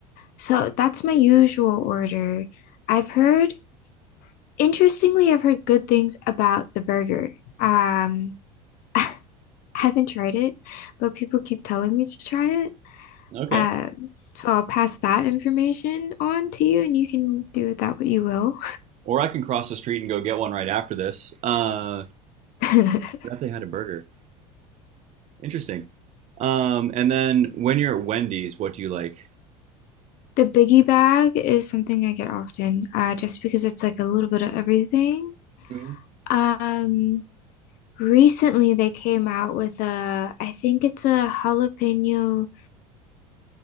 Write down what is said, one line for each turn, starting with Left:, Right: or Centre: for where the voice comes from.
Left: So that's my usual order. I've heard, interestingly, I've heard good things about the burger. Um, <laughs> I haven't tried it, but people keep telling me to try it.
Right: Okay.
Left: Um, so I'll pass that information on to you, and you can do with that what you will.
Right: Or I can cross the street and go get one right after this. Uh, I
Left: <laughs>
Right: forgot they had a burger. Interesting. Um, and then when you're at Wendy's, what do you like?
Left: The biggie bag is something I get often, uh, just because it's like a little bit of everything.
Right: Mhm.
Left: Um, recently they came out with a, I think it's a jalapeno